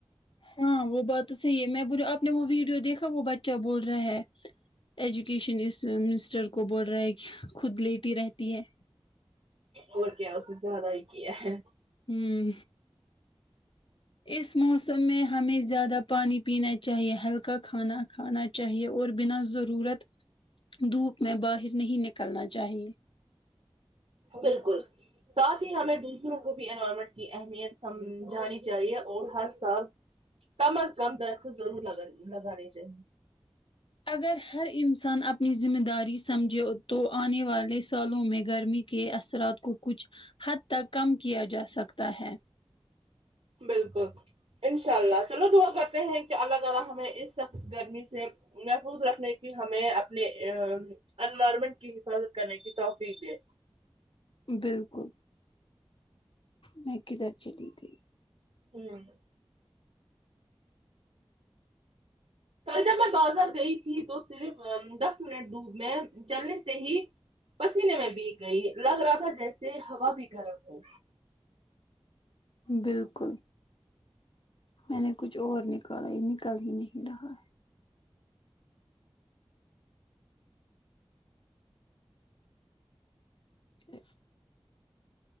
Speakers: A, on the left; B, on the right.
A: ہاں وہ بات تو صحیح ہے میں بول آپ نے وہ ویڈیو دیکھا وہ بچہ بول رہا ہے ایجوکیشن اس منسٹر کو بول رہا ہے کہ خود لیٹی رہتی ہے
B: اور کیا اس نے زیادہ ہی کیا ہے
A: ہوں اس موسم میں ہمیں زیادہ پانی پینا چاہیے ہلکا کھانا کھانا چاہیے اور بنا ضرورت دھوپ میں باہر نہیں نکلنا چاہیے
B: بالکل ساتھ ہی ہمیں دوسروں کو بھی انوائرمنٹ کی اہمیت سمجھانی چاہیے اور ہر سال کم از کم درخت ضرور لگا لگانی چایے
A: اگر ہر انسان اپنی ذمہ داری سمجھے تو آنے والے سالوں میں گرمی کے اثرات کو کچھ حد تک کم کیا جا سکتا ہے
B: بالکل انشاء اللہ چلو دعا کرتے ہیں کہ اللہ تعالی ہمیں اس سخت گرمی سے محفوظ رکھنے کی ہمیں اپنے انوائرمنٹ کی حفاظت کرنے کی توفیق دی
A: بلکل میں کدھر چلی گئی
B: ہوں جب میں بازار گئی تھی تو صرف دس منٹ دھوپ میں چلنے سے ہی پسینے میں بیھگ گئی لگ رہا تھا جیسے ہوا بھی گرم ہو
A: بالکل میں نے کچھ اور نکالا یہ نکل ہی نہیں رہا ج